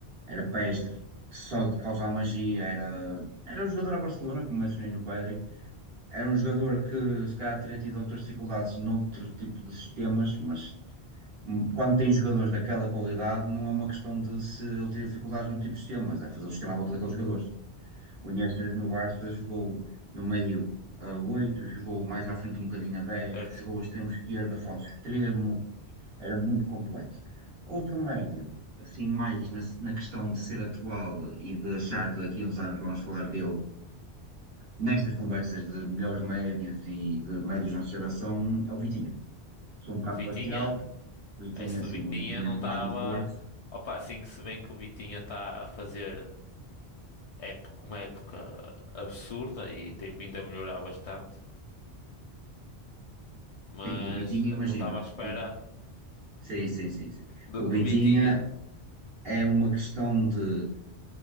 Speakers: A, on the right (about 65°); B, on the left (about 60°).
A: era peste, só de causar magia, era, era um jogador a Barcelona, como mencionei no Pedri. Era um jogador que se calhar teria tido outras dificuldades noutro tipo de sistemas, mas hum, quando tem jogadores daquela qualidade, não é uma questão de se ele teria dificuldades no tipo de sistema, mas é fazer o sistema à volta daqueles jogadores. O Iniesta no Barça jogou no meio a 8, jogou mais à frente um bocadinho a 10,
B: certo.
A: jogou a extremo esquerda, falso extremo, era muito complexo. Outro médio, assim, mais na, na questão de ser atual e de achar que daqui a uns anos vamos falar dele nestas conversas de melhores médios e de médios da nossa geração, é o Vitinho. Sou um bocado
B: O Vitinha?
A: parcial, porque o Vitinho,
B: É, se
A: assim,
B: o Vitinha
A: o Vitinho
B: não
A: é formado
B: estava.
A: no Porto,
B: Opa, assim que se vê que o Vitinha está a fazer época, uma época absurda e tem vindo a melhorar bastante, mas
A: Sim, o Vitinha,
B: eh,
A: imagina.
B: não estava à espera
A: O Vit- Sim, sim, sim, sim.
B: do,
A: O
B: do
A: Vitinha
B: Vitinha,
A: é uma questão de.